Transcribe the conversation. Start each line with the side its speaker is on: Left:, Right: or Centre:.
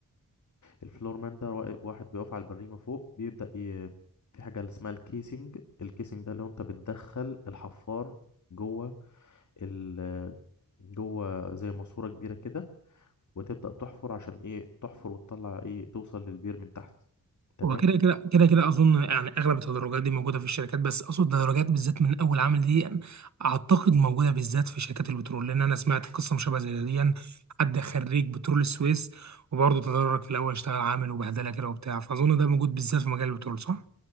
Left: الفلور مان ده وا- واحد بيقف على البريمة فوق بيبدأ ي... في حاجة اسمها الكيسنج الكيسنج ده اللي هو انت بتدخل الحفار جوه ال... جوه زي ماسورة كبيرة كده وتبدأ تحفر عشان ايه تحفر وتطلع ايه توصل للبير من تحت تمام
Right: هو كده كده كده كده اظن يعني اغلب التدرجات دي موجوده في الشركات بس اقصد التدرجات بالذات من اول عامل دي يعني اعتقد موجوده بالذات في شركات البترول لان انا سمعت قصه مشابهه زي دي يعني حد خريج بترول السويس وبرضه تدرج في الاول اشتغل عامل وبهدله كده وبتاع فاظن ده موجود بالذات في مجال البترول صح؟